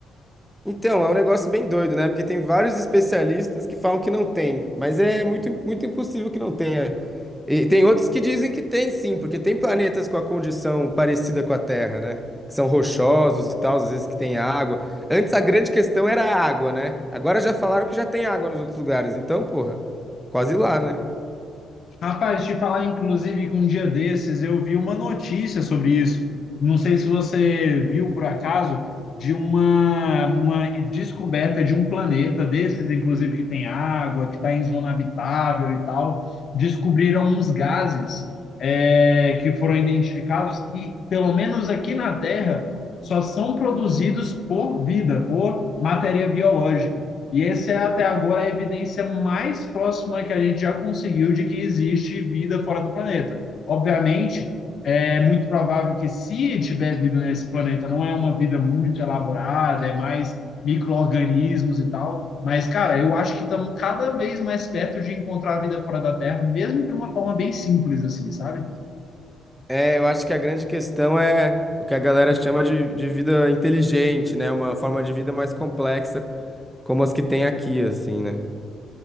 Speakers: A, in the centre; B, on the left.
A: Então, é um negócio bem doido, né? Porque tem vários especialistas que falam que não tem, mas é muito, muito impossível que não tenha. E tem outros que dizem que tem sim, porque tem planetas com a condição parecida com a Terra, né? Que são rochosos e tal, às vezes que tem água. Antes a grande questão era a água, né? Agora já falaram que já tem água nos outros lugares, então, porra, quase lá, né?
B: Rapaz, te falar, inclusive, que um dia desses eu vi uma notícia sobre isso. Não sei se você viu por acaso, de uma, uma descoberta de um planeta desses, inclusive, que tem água, que está em zona habitável e tal. Descobriram uns gases, é, que foram identificados que, pelo menos aqui na Terra, só são produzidos por vida, por matéria biológica. E essa é até agora a evidência mais próxima que a gente já conseguiu de que existe vida fora do planeta. Obviamente, é muito provável que se tiver vida nesse planeta, não é uma vida muito elaborada, é mais micro-organismos e tal. Mas, cara, eu acho que estamos cada vez mais perto de encontrar vida fora da Terra, mesmo de uma forma bem simples, assim, sabe?
A: É, eu acho que a grande questão é o que a galera chama de, de vida inteligente, né? Uma forma de vida mais complexa, como as que tem aqui, assim, né?